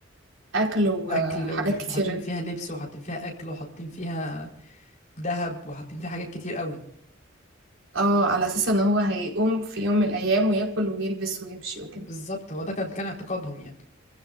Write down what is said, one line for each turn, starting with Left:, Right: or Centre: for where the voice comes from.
Right: أكلوا
Left: أكل
Right: آه، حاجات
Left: وحاطين
Right: كتير
Left: فيها لبس وحاطين فيها أكل وحاطين فيها ذهب وحاطين فيها حاجات كتير قوي
Right: اه على أساس إن هو هيقوم في يوم من الأيام وياكل ويلبس ويمشي وكده
Left: بالظبط هو ده كان كان اعتقادهم يعني